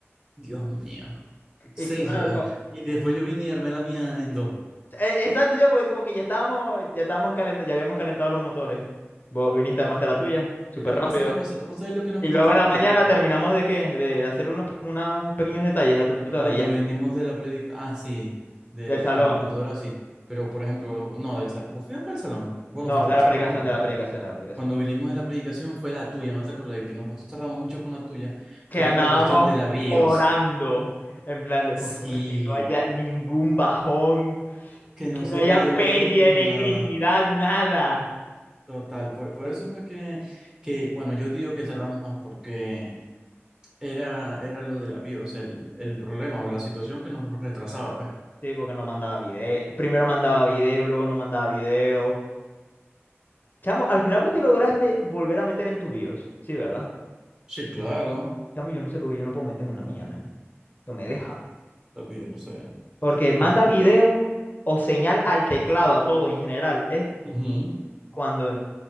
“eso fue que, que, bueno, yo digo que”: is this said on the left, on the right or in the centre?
Right